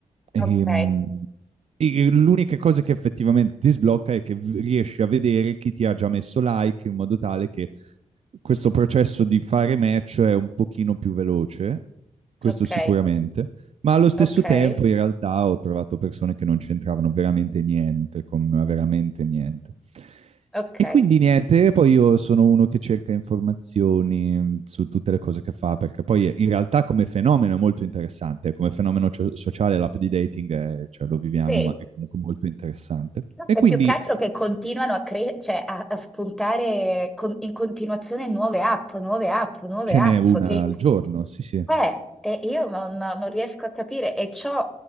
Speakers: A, on the right; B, in the centre.
A: E,
B: ok,
A: mm, e l'unica cosa che effettivamente ti sblocca è che v- riesci a vedere chi ti ha già messo like in modo tale che questo processo di fare match è un pochino più veloce, questo
B: ok,
A: sicuramente, ma allo stesso
B: ok,
A: tempo in realtà ho trovato persone che non c'entravano veramente niente, con veramente niente.
B: ok.
A: E quindi niente, poi io sono uno che cerca informazioni mh, su tutte le cose che fa, perché poi eh, in realtà come fenomeno è molto interessante, come fenomeno cio- sociale l'app di dating è- cioè, lo viviamo,
B: Sì.
A: ma è comunque molto interessante.
B: No,
A: E
B: È
A: quindi
B: più che altro che continuano a, cre- cioè a, a spuntare con- in continuazione nuove app, nuove app, nuove
A: ce
B: app,
A: n'è una
B: che
A: al giorno, sì sì.
B: eh, e io non, non non riesco a capire. E ciò,